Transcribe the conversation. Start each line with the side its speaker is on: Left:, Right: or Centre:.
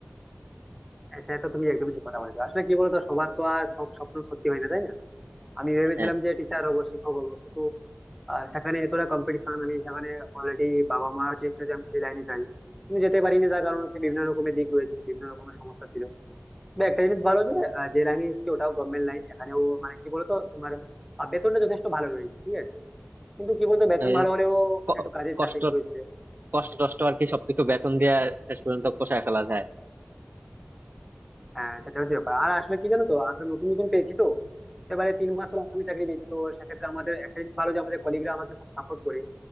Centre: হ্যাঁ, সেটা তো তুমি একদমই ঠিক কথা বলেছো আসলে কি বলতো সবার তো আর সব স্বপ্ন সত্যি হয় না তাই না আমি ভেবেছিলাম
Right: হ্যাঁ
Centre: যে টিচার হবো শিক্ষক হবো কিন্তু আর সেখানে এতটা কম্পিটিশন আমি সেখানে অলরেডি বাবা মা চেয়েছিল যে আমি সেই লাইনে যাই কিন্তু যেতে পারিনি তার কারণ হচ্ছে বিভিন্ন রকমের দিক রয়েছে বিভিন্ন রকমের সমস্যা ছিল তবে একটা জিনিস ভালো যে আহ, যে লাইনে এসেছি ওটাও গভর্নমেন্ট লাইন এখানেও মানে কি বলতো তোমার আহ, বেতনটা যথেষ্ট ভালো রয়েছে ঠিক আছে কিন্তু কি বলতো বেতন
Right: এই
Centre: ভালো হলেও
Right: ক-
Centre: একটু কাজের
Right: কষ্ট
Centre: চাপ বেশি রয়েছে
Right: কষ্ট টষ্ট আর কি সবকিছু বেতন দিয়ে শেষ পর্যন্ত পোষায় ফেলা যায়
Centre: হ্যাঁ সেটা হচ্ছে ব্যাপার আর আসলে কি জানো তো আসলে নতুন নতুন পেয়েছি তো এবারে তিন মাস হলো আমি চাকরি পেয়েছি তো সেক্ষেত্রে আমাদের একটা জিনিস ভালো যে আমাদের কলিগরা আমাকে খুব সাপোর্ট করে